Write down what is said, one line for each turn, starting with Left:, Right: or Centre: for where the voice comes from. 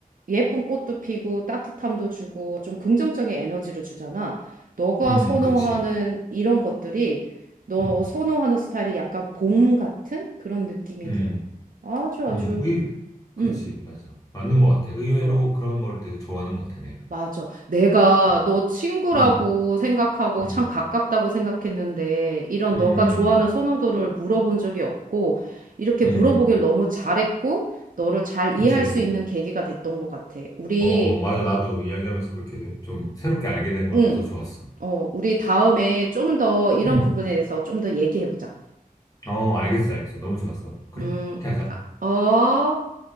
Right: 예쁜 꽃도 피고 따뜻함도 주고 좀 긍정적인 에너지를 주잖아. 너가
Left: 음,
Right: 선호하는
Left: 그렇지.
Right: 이런 것들이 너
Left: 음,
Right: 선호하는 스타일이 약간 봄 같은 그런 느낌이
Left: 음.
Right: 들어. 아주 아주
Left: 음, 의, 그치,
Right: 음.
Left: 맞아. 맞는 것 같아. 의외로
Right: 어.
Left: 그런 걸 되게 좋아하는 것 같아, 내가.
Right: 맞아. 내가
Left: 음,
Right: 너 친구라고
Left: 음,
Right: 생각하고
Left: 음,
Right: 참 가깝다고 생각했는데 이런
Left: 음,
Right: 너가 좋아하는 선호도를 물어본 적이 없고 이렇게
Left: 음,
Right: 물어보길 너무 잘했고 너를 잘
Left: 그치.
Right: 이해할 수 있는 계기가 됐던 것 같아. 우리
Left: 어, 맞아. 나도 이야기하면서 그렇게 좀 새롭게 알게 된 것
Right: 응.
Left: 같아서 좋았어.
Right: 어, 우리 다음에 좀 더 이런
Left: 음,
Right: 부분에 대해서 좀 더 얘기해보자.
Left: 어, 알겠어, 알겠어. 너무 좋았어. 그렇게
Right: 음,
Left: 하자.
Right: 아, 어.